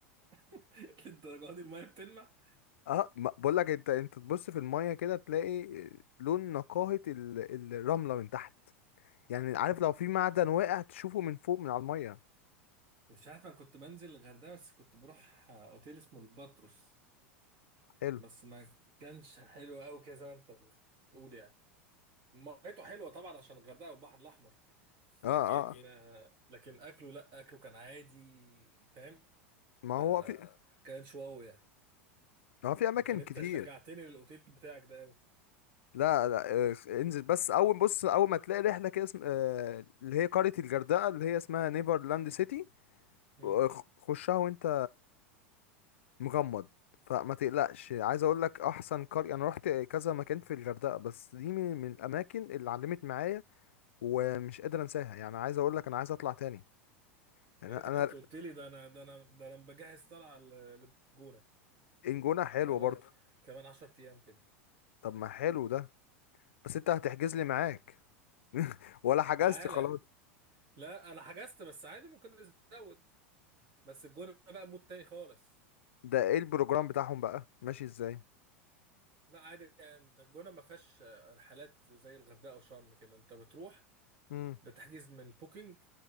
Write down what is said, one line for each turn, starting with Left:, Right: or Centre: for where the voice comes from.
Right: <laughs> للدرجه دي الميه بتلمع
Left: اه ما- بقول لك انت انت تبص في الميه كده تلاقي لون نقاهه ال... الرمله من تحت يعني عارف لو في معدن واقع تشوفه من فوق من على الميه
Right: مش عارف انا كنت بنزل الغردقه بس كنت بروح آه، اوتيل اسمه الباتروس
Left: حلو
Right: بس ما كانش حلو قوي كده زي ما انت بتقول يعني ميته حلوه طبعا عشان الغردقه والبحر الاحمر لكن
Left: اه اه
Right: آه، لكن اكله لا اكله كان عادي فاهم
Left: ما
Right: ما
Left: هو في
Right: كانش واو يعني
Left: اه في اماكن
Right: لكن
Left: كتير
Right: انت شجعتني للاوتيل بتاعك ده قوي
Left: لا لا آه، انزل بس اول بص اول ما تلاقي رحله كده اسم... آه، اللي هي قريه الغردقه اللي هي اسمها نيفرلاند سيتي
Right: مم.
Left: آه، خ- خشها وانت مغمض فما تقلقش عايز اقول لك احسن قريه انا رحت كذا مكان في الغردقه بس دي من من الاماكن اللي علمت معايا ومش قادر انساها يعني عايز اقول لك انا عايز اطلع تاني يعني
Right: يا ريتك
Left: انا
Right: كنت قلت لي ده انا ده انا ده انا بجهز طلعه ل- للجونه
Left: الجونه حلوه
Right: كمان
Left: برضه
Right: كمان 10 ايام كده
Left: طب ما حلو ده بس انت هتحجز لي معاك <laughs> ولا حجزت
Right: تعالى
Left: خلاص
Right: لا انا حجزت بس عادي ممكن نزود بس الجونه بقى مود تاني خالص
Left: ده ايه البروجرام بتاعهم بقى ماشي ازاي
Right: ما عادي يعني انت الجونه ما فيهاش رحلات زي الغردقه وشرم كده انت بتروح
Left: مم.
Right: بتحجز من بوكينج